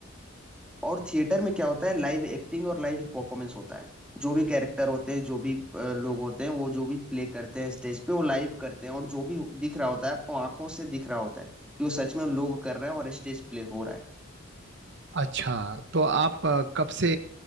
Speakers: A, in the centre; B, on the right.
A: और थिएटर में क्या होता है लाइव एक्टिंग और लाइव परफॉर्मेंस होता है जो भी कैरेक्टर होते हैं जो भी अ, लोग होते हैं वो जो भी प्ले करते हैं स्टेज पे वो लाइव करते हैं और जो भी दिख रहा होता है आपको आंखों से दिख रहा होता है कि वो सच में लोग कर रहे हैं और स्टेज प्ले हो रहा है
B: अच्छा तो आप अ, कब से